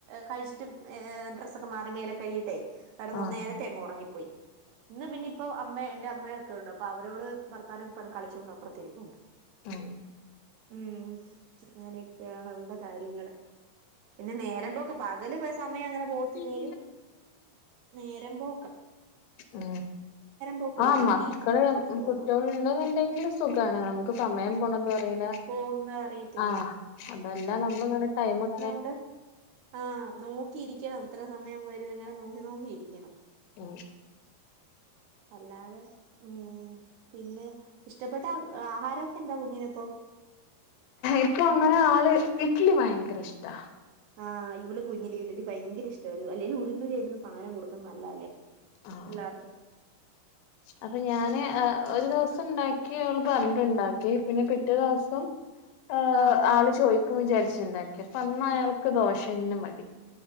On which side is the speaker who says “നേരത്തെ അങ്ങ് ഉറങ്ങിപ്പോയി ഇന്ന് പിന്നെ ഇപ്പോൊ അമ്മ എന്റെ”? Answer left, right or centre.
Right